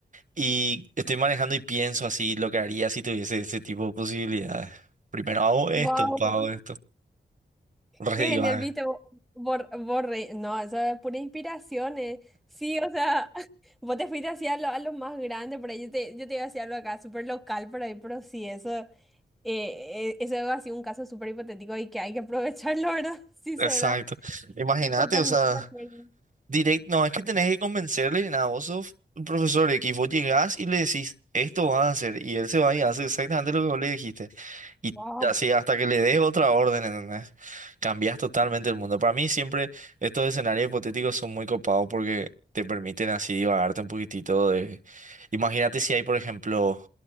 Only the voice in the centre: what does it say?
Wow,
wow
qué genial,
viste, Bo- bor- borre. No, eso es pura inspiración, eh. Sí, o sea, <laughs> vos te fuiste hacia lo, a lo más grande, por ahí yo te, yo te iba hacia lo acá, súper local por ahí, pero sí, eso. Eh, eh, eso ha sido un caso súper hipotético y que hay que aprovecharlo, ¿verdad? <laughs> Si
se da.
Totalmente
de acuerdo.
Wow.